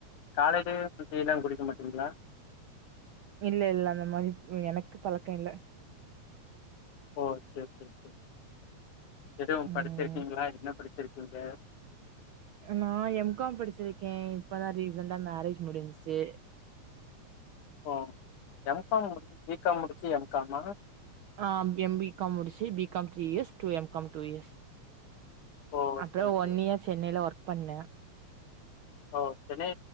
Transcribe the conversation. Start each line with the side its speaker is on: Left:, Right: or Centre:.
Left: காலைல டீயெல்லா குடிக்க மாட்டீங்ளா
Right: இல்ல இல்ல அந்த மாரி எனக்கு பழக்கோ இல்ல
Left: ஓ சேரி சேரி சேரி எதுவும்
Right: ம்
Left: படிச்சிருக்கீங்ளா என்ன படிச்சிருக்கீங்க
Right: நா எம் காம் படிச்சிருக்கேன் இப்பதா ரீசன்டா மேரேஜ் முடிஞ்ச்சு
Left: ஓ எம் காம் முடிச் பி காம் முடிச்சு எம் காமா
Right: ஆ எம் பீ காம் முடிச்சு B com three years two M com two years
Left: ஓ okay
Right: after
Left: okay
Right: one year சென்னைல ஒர்க் பண்ண
Left: ஓ சென்னை